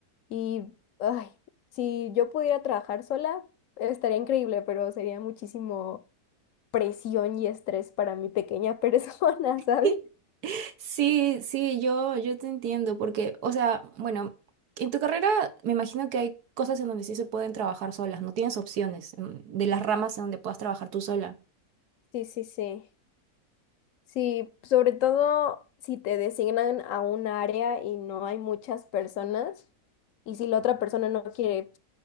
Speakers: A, on the left; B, on the right.
A: Y, ay, si yo pudiera trabajar sola, estaría increíble, pero sería muchísimo presión y estrés para mi pequeña <laughs> persona, ¿sabes?
B: <laughs> Sí, sí, yo, yo te entiendo, porque, o sea, bueno, en tu carrera me imagino que hay cosas en donde sí se pueden trabajar solas, no tienes opciones mm, de las ramas en donde puedas trabajar tú sola.
A: Sí, sí, sí. Sí, sobre todo si te designan a un área y no hay muchas personas y si la otra persona no quiere